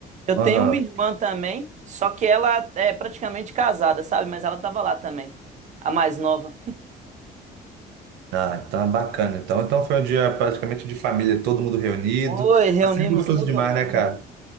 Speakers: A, on the right; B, on the right.
A: Eu tenho
B: Aham.
A: uma irmã também, só que ela é praticamente casada, sabe? Mas ela tava lá também, a mais nova.
B: Ah, então é bacana. Então, então foi um dia praticamente de família, todo mundo reunido.
A: Oi, reunimos
B: Assim é gostoso
A: todo
B: demais,
A: mundo.
B: né, cara?